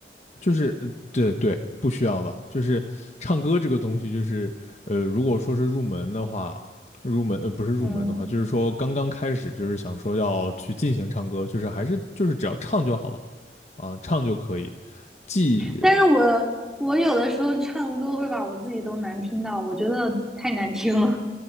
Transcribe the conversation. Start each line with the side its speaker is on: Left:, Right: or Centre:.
Left: 就是呃对对，不需要的。就是唱歌这个东西，就是呃，如果说是入门的话，入门呃不是入门的话，
Centre: 嗯。
Left: 就是说刚刚开始，就是想说要去进行唱歌，就是还是就是只要唱就好了啊，唱就可以，既。
Centre: 但是我我有的时候唱歌会把我自己都难听到，我觉得太难听了。